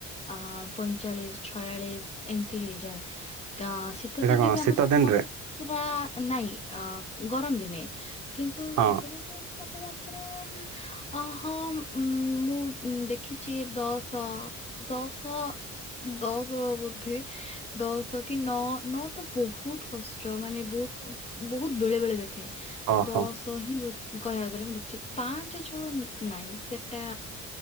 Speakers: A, on the left; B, on the right.
A: ଅ ପଇଁଚାଳିଶ ଛୟାଳିଶ ଏମିତି ହେଇଯାଏ ତ ଶୀ ତ
B: ଏଇଟା
A: ଦିନେ
B: କଣ
A: ବି
B: ଶୀତ
A: ଆମ ତାପମା
B: ଦିନରେ
A: ତ୍ରା ନାଇଁ ଅ ଗରମ ଦିନେ କିନ୍ତୁ
B: ହଁ
A: ଶୀତଦିନେ ତାପମାତ୍ରା ଅ ହଁ ଉ ମୁଁ ଦେଖିଛି ଦଶ ଦଶ ଦଶ ବୋଧେ ଦଶ କି ନ ନଅ ତ ବହୁତ କଷ୍ଟ ମାନେ ବହୁତ ବହୁତ ବେଳେ ବେଳେ ଦେଖେ
B: ଓହୋ
A: ଦଶ କହି ବୋ କହିବାକୁ ଗଲେ ମୁଁ ଦେଖିଚି ପାଞ୍ଚ ଛଅ ନାଇଁ ସେଟା